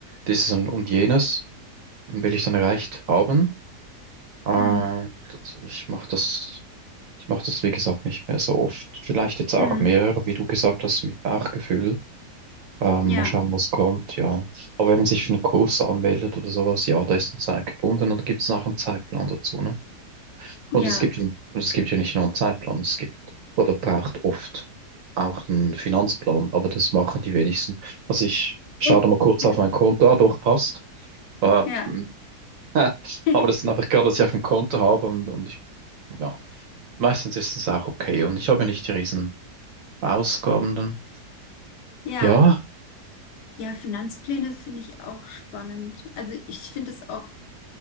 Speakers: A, on the right; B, on the left.
A: dieses und, und jenes will ich dann erreicht haben. Äh,
B: Mhm.
A: das- ich mache das, ich mache das, wie gesagt, nicht mehr so oft. Vielleicht jetzt auch
B: Mhm.
A: mehr, wie du gesagt hast, mit Bauchgefühl. Ähm,
B: Ja,
A: mal schauen, was kommt, ja. Aber wenn man sich für einen Kurs anmeldet oder sowas, ja, da ist eine Zeit gebunden und da gibt es nachher einen Zeitplan dazu, ne? Und
B: ja,
A: es gibt, ein- es gibt ja nicht nur einen Zeitplan, es gibt oder braucht oft auch einen Finanzplan, aber das machen die wenigsten. Also ich schaue
B: <laughs>
A: da mal kurz
B: ja,
A: auf mein Konto, ah doch, passt. Äh,
B: ja,
A: hm, <laughs>
B: <laughs>
A: aber das ist einfach gerade, was ich auf dem Konto habe und, und ich, ja, meistens ist es auch okay und ich habe nicht die riesen Ausgaben dann.
B: ja.
A: Ja,
B: Ja, Finanzpläne finde ich auch spannend. Also ich finde es auch,